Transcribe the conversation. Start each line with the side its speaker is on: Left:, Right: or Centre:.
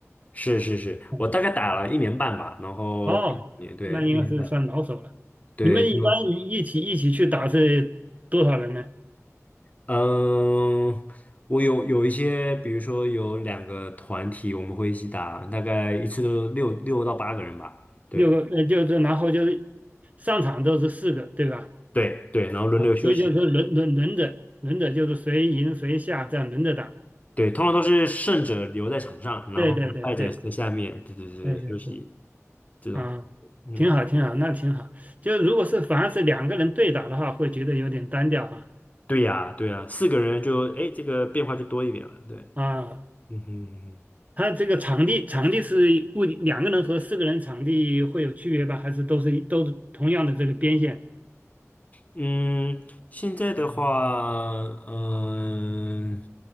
Left: 是是是，
Right: 嗯
Left: 我大概打了一年半吧，然后快两年，
Right: 哦，
Left: 对，
Right: 那应该是算老手了。
Left: 一年半，对，
Right: 你们一般一一起一起去打是多少人呢？
Left: 就嗯，我有有一些，比如说有两个团体，我们会一起打，大概一次都六六到八个人吧。对
Right: 六个，呃，就是然后就是上场都是四个，对吧？
Left: 对对，然后轮流休息。
Right: 啊，所以就是说轮轮轮着轮着，就是谁赢谁下这样轮着打。
Left: 对，通常都是胜者留在场上，然后败者在下面，
Right: 对对对对
Left: 对对对，
Right: 对对对，
Left: 休息这种。
Right: 啊，
Left: 嗯，
Right: 挺好挺好，那挺好。就如果是反而是两个人对打的话，会觉得有点单调哈。
Left: 对呀对呀，四个人就哎，诶这个变化就多一点了。对，
Right: 啊，
Left: 嗯哼。
Right: 他这个场地场地是固定，两个人和四个人场地会有区别吧？还是都是都是同样的这个边线？
Left: 嗯，现在的话，嗯、